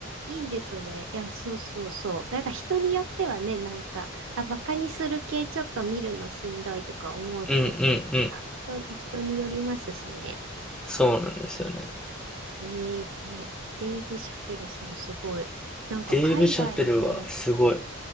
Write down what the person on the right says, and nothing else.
いいですね。いや、そうそうそう。なんか人によってはね、なんか、あ、バカにする系ちょっと見るのしんどいとか思う人いたりとか、
人、人によりますしね。
ええこのデイブ・シャペルさんすごい。なんか海外の